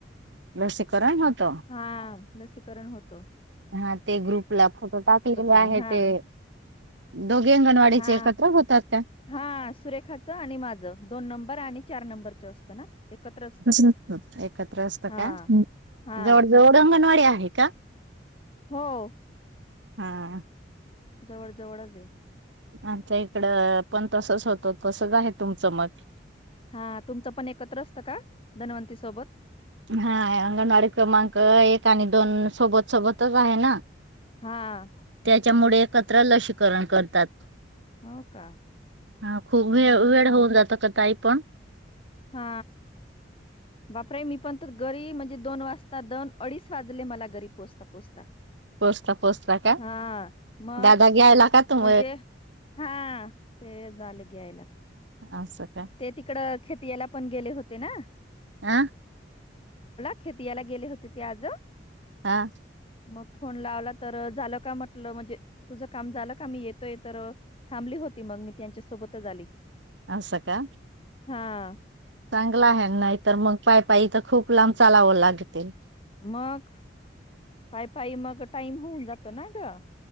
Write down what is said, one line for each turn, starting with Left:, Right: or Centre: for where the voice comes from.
Right: लसीकरण होत.
Left: हा लसीकरण होतो.
Right: हा ते ग्रुपला फोटो टाकलेले
Left: मी
Right: आहे
Left: हा
Right: ते. दोघे अंगणवाडीचे
Left: हा
Right: एकत्र होतात का
Left: हा सुरेखाचं आणि माझं दोन नंबर आणि चार नंबरचं असतं ना एकत्र असतं
Right: नत एकत्र असत
Left: हा
Right: का
Left: हा
Right: जवळ जवळ अंगणवाडी आहे का.
Left: हो
Right: हा
Left: जवळ जवळच आहे
Right: आता इकडं पण तसच होत तसच आहे तुमचं मग
Left: हा तुमचं पण एकत्र असतं का धनवंती सोबत
Right: हा अंगणवाडी क्रमांक एक आणि दोन सोबत सोबतच आहे ना.
Left: हा
Right: त्याच्यामुळे एकत्र लसीकरण करतात.
Left: हो का
Right: हा खूप
Left: हम्म.
Right: वे वेळ होऊन जातो का ताई पण
Left: हा
Right: <unintelligible>
Left: बापरे मी पण तर घरी म्हणजे दोन वाजता दोन अडीच वाजले मला घरी पोहोचता पोचता.
Right: पोचता पोचता का
Left: हा मग
Right: दादा घ्यायला का तुम
Left: म्हणजे हा ते झाले घ्यायला
Right: असं का
Left: ते तिकड खेतीयाला पण गेले होते ना.
Right: अ
Left: खेतीयाला गेले होते ते आज.
Right: हा.
Left: मग फोन लावला तर, झालं का म्हटलं, म्हणजे तुझं काम झालं का मी येतोय तर थांबली होती, मग मी त्यांच्यासोबतच आली.
Right: अस का?
Left: हा.
Right: चांगला हाय, नाहीतर मग पायपाय तर खूप लांब चालावं लागते.
Left: मग पाय पाय मग टाईम होऊन जातो ना ग.